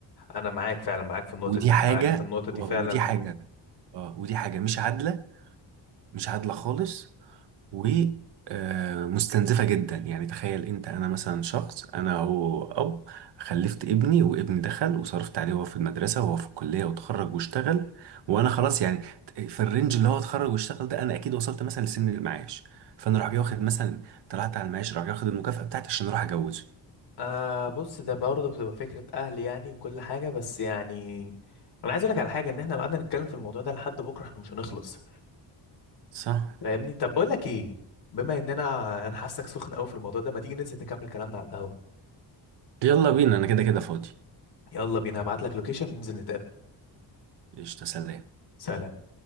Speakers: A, on the left; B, on the right.
A: انا معاك فعلا معاك في النقطه
B: ودي
A: دي
B: حاجة
A: معاك في النقطه دي
B: و-
A: فعلا
B: ودي حاجة اه ودي حاجة مش عادلة مش عادلة خالص ومستنزفة جدا يعني تخيل انت انا مثلا شخص انا هو اب خلفت ابني وابني دخل وصرفت عليه وهو في المدرسة وهو في الكلية وتخرج واشتغل وانا خلاص يعني في الرينج اللي هو اتخرج واشتغل ده انا اكيد وصلت مثلا لسن المعاش فانا راح جاي واخد مثلا طلعت على المعاش راح جاي واخد المكافأة بتاعتي عشان اروح اجوزه
A: آه بص ده برضه بتبقى فكره اهل يعني وكل حاجه بس يعني انا عايز اقول لك على حاجه ان احنا لو قعدنا نتكلم في الموضوع ده لحد بكره احنا مش هنخلص
B: صح
A: فاهمني طب بقول لك ايه بما اننا انا حاسك سخن قوي في الموضوع ده ما تيجي ننزل نكمل كلامنا على القهوة
B: يلا بينا انا كده كده فاضي
A: يلا بينا هبعت لك لوكيشن وننزل نتقابل
B: قشطة سلام
A: سلام